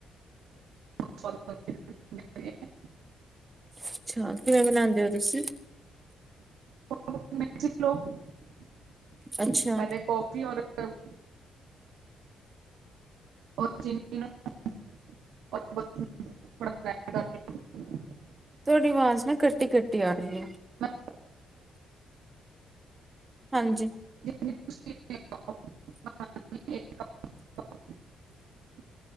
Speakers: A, on the right; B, on the right.
A: <unintelligible>
B: ਅੱਛਾ ਕਿਵੇਂ ਬਨਾਉਂਦੇ ਹੋ ਤੁਸੀਂ
A: <unintelligible>
B: ਅੱਛਾ
A: ਪਹਿਲੇ ਕੌਫੀ ਔਰ <unintelligible> ਉਹ ਚੀਨ <unintelligible>
B: ਤੁਹਾਡੀ ਆਵਾਜ਼ ਨਾ ਕੱਟੀ ਕੱਟੀ ਆ ਰਹੀ ਹੈ
A: ਮੈਂ
B: ਹਾਂਜੀ
A: <unintelligible>